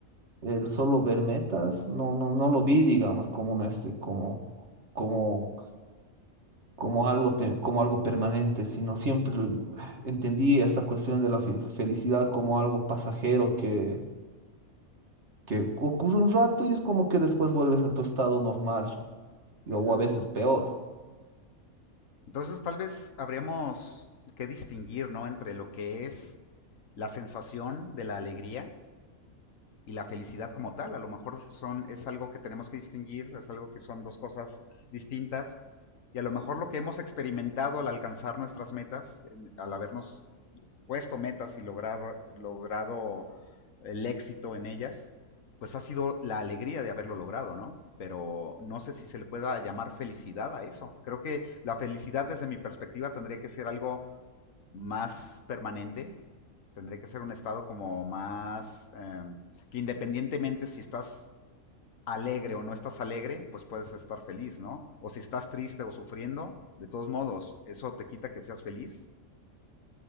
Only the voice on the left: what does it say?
ujú.
Entonces tal vez habríamos que distinguir, ¿no? Entre lo que es la sensación de la alegría y la felicidad como tal. A lo mejor son, es algo que tenemos que distinguir, es algo que son dos cosas distintas. Y a lo mejor lo que hemos experimentado al alcanzar nuestras metas, al habernos puesto metas y logrado, logrado el éxito en ellas, pues ha sido la alegría de haberlo logrado, ¿no? Pero no sé si se le pueda llamar felicidad a eso. Creo que la felicidad desde mi perspectiva tendría que ser algo más permanente, tendría que ser un estado como más, eh, que independientemente si estás alegre o no estás alegre, pues puedes estar feliz, ¿no? O si estás triste o sufriendo, de todos modos, eso te quita que seas feliz.